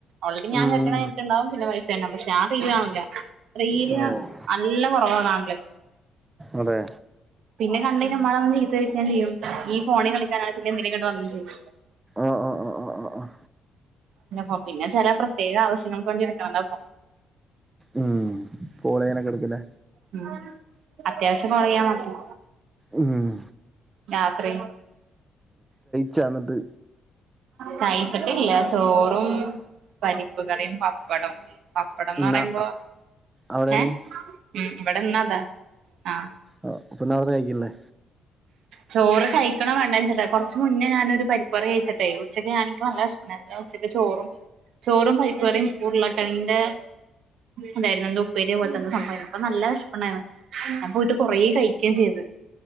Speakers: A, on the right; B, on the right.
A: ഓൾറെഡി ഞാൻ.
B: ഉം
A: <unintelligible>
B: ഉം
A: റ്റ്ണ്ടാവും, പിന്നെ വൈഫൈണ്ടാവും, പഷെ ഞാ റീല് കാണൂല റീല്
B: ഉം
A: ഞാ
B: ഓഹ്
A: നല്ല കൊറവാ കാണല്.
B: അതെ..
A: പിന്നെ കണ്ടെയ്ഞാ മ്മാടൈയ് ന്ന് ചീത്ത കേക്കെം ചെയ്യും ഇയ് ഫോണി കളിക്കാനാണെ പിന്നെന്തിനാ ഇങ്ങണ്ട് വന്നേ ചോയ്ക്കു
B: ആഹ് ആഹ് ആഹ് ആഹ് ആഹ്
A: <unintelligible> പിന്നെ ചെല പ്രത്യേക ആവശ്യങ്ങൾക്ക് വേണ്ടി എടുക്കുന്നതാ <unintelligible>
B: ഉം കോളേയാനൊക്കെടുക്കുലെ
A: ഉം അത്യാവശ്യം കൊളെയാൻ മാത്രം
B: ഉം
A: രാത്രി
B: ചാ ന്നിട്ട്
A: കയ്ച്ചിട്ടില്ല ചോറും പരിപ്പ് കറിം പപ്പടം പപ്പടന്ന്
B: ഇന്ന്
A: പറയുമ്പോ
B: അവിടെയാണ്
A: ഏ ഉം ഇവിട്ന്നതാ ആ
B: ആ പിന്നവിടുന്ന് കഴിക്കുന്നേ
A: ചോറ് കഴിക്കണോ വേണ്ടയൊ <unintelligible> ച്ചു മുന്നേ ഞാനൊരു പരിപ്പുവട കഴിച്ചിട്ടേയ് ഉച്ചക്ക് ഞാന് ഇന്ക് നല്ലവിശപ്പ്‌ണ്ടായിനി, അപ്പഞാ ഉച്ചക്ക് ചോറും ചോറും പരിപ്പറിം ഉരുളക്കെഴങ്ങിന്റെ അതായിരുന്നു എന്തൊ ഉപ്പേരിയൊ പോലത്തെന്തൊ സംഭവാര്ന്ന് പ്പ നല്ല വെശപ്പ്ണ്ടാര്ന്നു ഞാ പോയിട്ട് കൊറേ കഴിക്കേം ചെയ്ത്